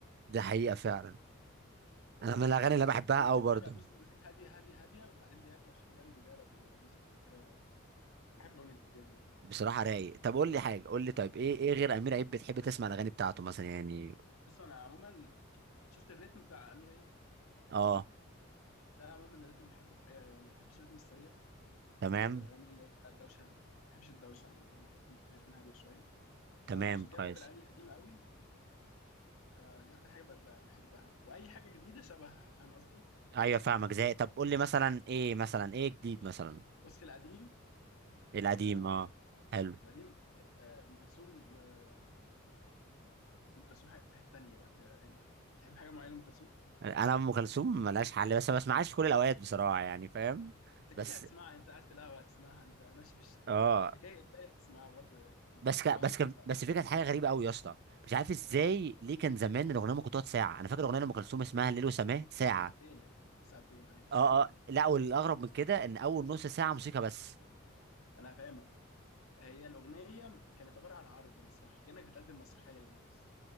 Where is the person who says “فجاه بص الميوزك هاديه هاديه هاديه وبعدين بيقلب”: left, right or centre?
Left